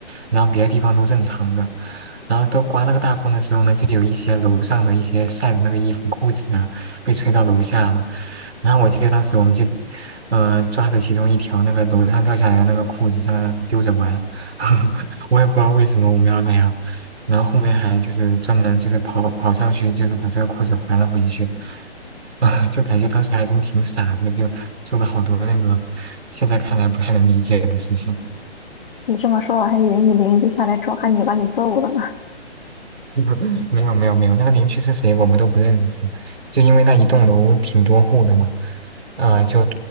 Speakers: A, on the right; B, on the left.
A: 然后别的地方都正常的。然后都刮那个大风的时候呢，就有一些楼上的一些晒的那个衣服、裤子啊，被吹到楼下了。然后我记得当时我们就，呃，抓着其中一条那个楼上掉下来的那个裤子，在那丢着玩。<laughs> 我也不知道为什么我们要那样，然后后面还就是专门就是跑跑上去，就是把这个裤子还了回去，<laughs> 啊，就感觉当时还真挺傻的，就做了好多那个现在看来不太能理解的事情。
B: 你这么说，我还以为你邻居下来抓你，把你揍了呢。<laughs>
A: <laughs> 没有没有没有，那个邻居是谁我们都不认识，就因为那一栋楼挺多户的嘛，呃，就